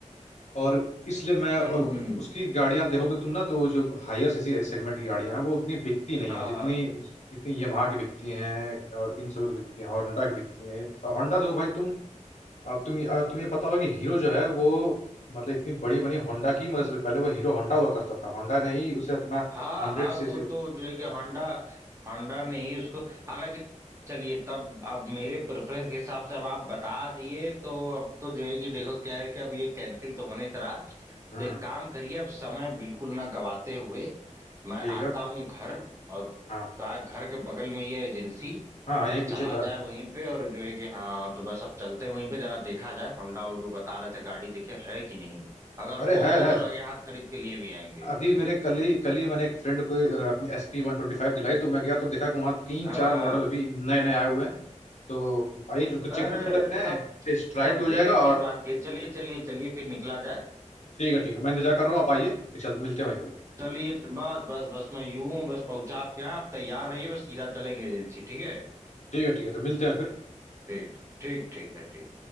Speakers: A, on the left; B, on the right.
A: और इसलिए मैं
B: हम्म
A: और उसकी
B: हम्म,
A: उसकी गाड़ियां देखोगे तुम ना तो जो हायर सीसी सेगमेंट की गाड़ियां हैं वो उतनी बिकती नहीं
B: हाँ
A: है जितनी
B: हाँ
A: जितनी यमाहा की बिकती हैं और इन सब की बिकती हैं होंडा की बिकती हैं और होंडा देखो भाई तुम अब तुम अ, तुम्हें पता होगा कि हीरो जो है वो मतलब इतनी बड़ी बनी होंडा की मतलब से पहले वो हीरो होंडा हुआ करता था होंडा ने ही उसे अपना
B: हाँ
A: हंड्रेड
B: हाँ
A: सीसी
B: वो तो जो है कि होंडा होंडा ने ही उसको हालांकि चलिए तब अब मेरे प्रेफरेंस के हिसाब से अब आप बता दिए तो अब तो जो है कि देखो क्या है कि अब ये कैंसिल तो होने से रहा तो
A: हम्म
B: एक काम करिए अब समय बिल्कुल ना गवाते हुए मैं
A: ठीक
B: आता
A: है
B: हूँ घर और
A: हाँ
B: ता- घर के बगल में ये एजेंसी
A: हाँ
B: और
A: यही पीछे
B: चला
A: तो
B: जाए
A: है
B: वहीं पे और जो है कि हाँ तो बस अब चलते हैं वहीं पे जरा देखा जाए होंडा वो जो बता रहे थे गाड़ी देखे है कि नहीं अगर
A: अरे
B: होगी
A: है
B: तो
A: है
B: लगे हाथ खरीद के लिए भी आएंगे
A: अभी मेरे कल ही कल ही मैंने एक फ्रेंड को अ, अपनी एस पी वन ट्वेंटी फाइव दिलाई तो मैं गया तो देखा कि वहाँ तीन
B: हाँ
A: चार
B: हाँ
A: मॉडल अभी नए नए आए हुए हैं तो आइए उनको चेक
B: अरे
A: भी कर लेते
B: तब
A: हैं टेस्ट राइड
B: तब
A: भी हो
B: देर
A: जाएगा
B: किस
A: और
B: बात की है? चलिए चलिए चलिए फिर निकला जाए
A: ठीक है ठीक है मैं इंतजार कर रहा हूँ आप आइए फिर चल मिलते हैं वहीं पे
B: चलिए तो बस बस बस मैं यूं बस पहुंचा आपके यहाँ आप तैयार रहिए बस सीधा चलेंगे एजेंसी ठीक है
A: ठीक है ठीक है तो मिलते हैं फिर
B: ठीक ठीक ठीक है ठीक